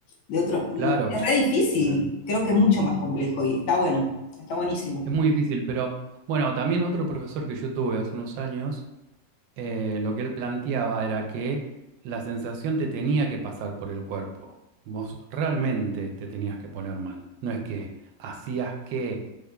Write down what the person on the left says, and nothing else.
De otro, y
es re difícil,
creo que es mucho más complejo y está bueno, está buenísimo.